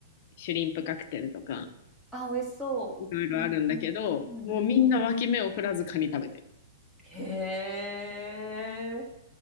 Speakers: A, on the left (about 50°); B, in the centre.
A: シュリンプカクテルとか、
B: あ美味しそううんうんうん。
A: いろいろあるんだけど、もうみんな脇目を振らずカニ食べて
B: へえ